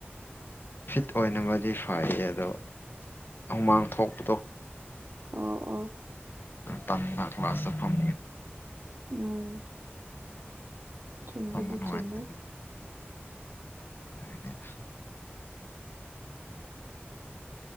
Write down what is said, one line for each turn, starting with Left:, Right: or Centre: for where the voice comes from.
Left: ꯐꯤꯠ ꯑꯣꯏꯅꯕꯗꯤ ꯐꯩ ꯑꯗꯣ ꯍꯨꯃꯥꯡ ꯊꯣꯛꯄꯗꯣ
Right: ꯑꯣ ꯑꯣ
Left: ꯇ ꯀ꯭ꯂꯥꯁꯥꯁ ꯐꯝ
Right: ꯎꯝ ꯆꯨꯝꯕꯗꯤ
Left: ꯐꯝꯕ ꯅꯨꯡꯉꯥꯏꯇꯕꯅꯦ
Right: ꯆꯨꯝꯃꯦ
Left: ꯂꯣꯏꯗꯦꯗꯥ